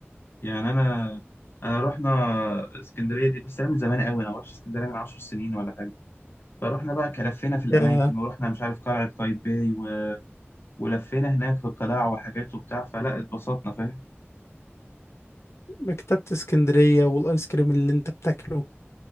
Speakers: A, on the left; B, on the left.
A: يعني انا انا رحنا اسكندريه دي بس انا من زمان قوي انا ما رحتش اسكندريه من 10 سنين ولا حاجه فرحنا بقى كلفينا في الاماكن
B: يا
A: ورحنا مش عارف قلعه قايتباي و... ولفينا هناك في قلاع وحاجات وبتاع فلا اتبسطنا فاهم
B: مكتبة اسكندرية والايس كريم اللي انت بتاكله